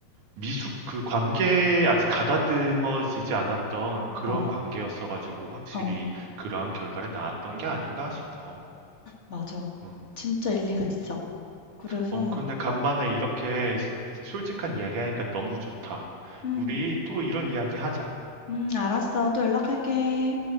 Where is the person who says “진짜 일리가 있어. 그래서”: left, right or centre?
Left